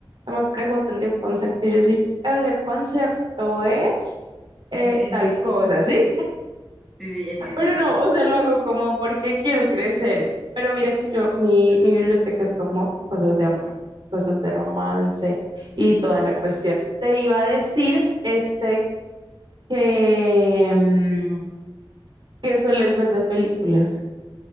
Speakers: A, on the right; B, in the centre.
A: que me preguntan de un concepto y yo decir, ese concepto es eh,
B: sí, sí,
A: tal
B: sí,
A: cosa, ¿sí?
B: sí, sí, entiendo,
A: Pero
B: entiendo.
A: no, o sea, lo hago como porque quiero crecer. Pero mira que yo, mi, mi biblioteca es como cosas de amor, cosas de romance y toda la cuestión. Te iba a decir, este, que, mm, que sueles ver de películas.